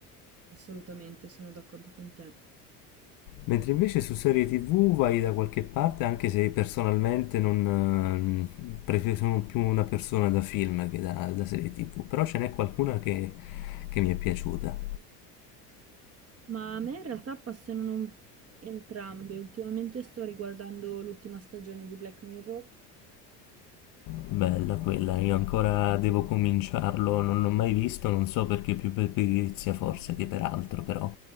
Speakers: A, on the right (about 30°); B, on the left (about 45°).
A: Assolutamente, sono d'accordo con te.
B: Mentre invece su serie TV vai da qualche parte, anche se personalmente non ehm, prefer- sono più una persona da film che da, da serie TV, però ce n'è qualcuna che che mi è piaciuta.
A: Ma a me in realtà passano entrambe. Ultimamente sto riguardando l'ultima stagione di Black Mirror,
B: Bella quella, io ancora devo cominciarlo, non l'ho mai visto, non so perché più per pigrizia forse che per altro, però